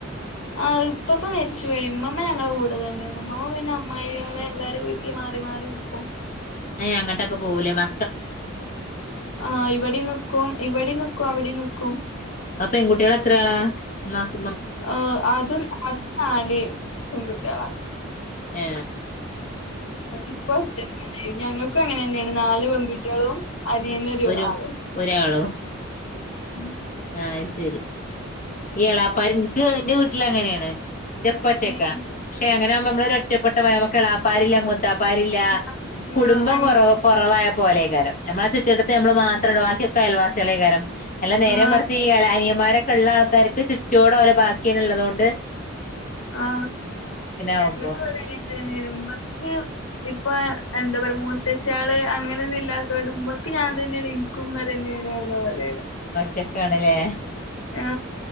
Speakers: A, on the left; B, on the left.
A: ആ ഇപ്പപ്പമരിച്ചു പോയി. ഇമ്മമ്മ ഞങ്ങളടെ കൂടെ തന്നെയാണ്. ഉമ്മപിന്നെ അമ്മായിമാരുടെ എല്ലാരും വീട്ടിലു മാറി മാറി നിൽക്കും
B: നീയ് അങ്ങോട്ടൊക്കെ പോകൂലേ മ..
A: ആ, ഇവിടെയുംനിക്കും. ഇവിടേം നിക്കും അവിടെം നിക്കും.
B: അപ്പ, പെൺകുട്ടികളെത്രയാളാ ഉമ്മാ
A: ആ അതും, അതുനാലു പെൺകുട്ടികളാ
B: ഏ
A: ഇപ്പൊ, ഞങ്ങൾക്കും അങ്ങനെന്നെയാണ് നാലുപെൺകുട്ടികളും അനിയനൊര്
B: ഒരു
A: ആളും
B: ഒരാളോ
A: ഉം
B: ആഹ് ശരി ഈ എളാപ്പാര് എൻക്ക് എന്റെ വീട്ടില് അങ്ങനെയാണ് എന്റപ്പാ ഒറ്റക്കാ,
A: ഉം
B: പക്ഷേ അങ്ങനൊയാകുമ്പോ നമ്മളൊരു ഒറ്റപ്പെട്ട പയമക്കളാ അപ്പാരങ്കിലും മൊ ചപ്പാരില്ല
A: ആഹ്
B: കുടുംബം
A: ആ അങ്ങനെ
B: കുറ കുറവായപോലെകാരം നമ്മളെ ചുറ്റുവട്ട നമ്മളു മാത്രോള്ളു ബാക്കിയൊക്കെ അയൽവാസികളെകാരം എല്ലാം നേരെ
A: ആ
B: മറിച്ചീ ഇള അനിയമാരൊക്കെള്ള ആൾക്കാര് ന്റെ ചുറ്റോടും ഓരെ ബാക്കില്ലൊയുള്ളതുകൊണ്ട്
A: ആ ഞങ്ങക്കു
B: ആവുമ്പോ
A: ഇവിടെ ഇങ്ങൻ തന്നെയാണ് ഉമ്മക്ക് ഇപ് പ്പോ എന്താ പറയാ മൂത്തച്ച്ചാള് അങ്ങനൊന്നും ഇല്ലാത്തോണ്ട് ഉമ്മയ്ക്ക് ഞാൻ തന്നെയാണ് എനിക്ക് ഉമ്മ തന്നെയാണ്. ഉപ്പ മലയിലാ
B: ക്ക് ആണ് ലേ
A: ആ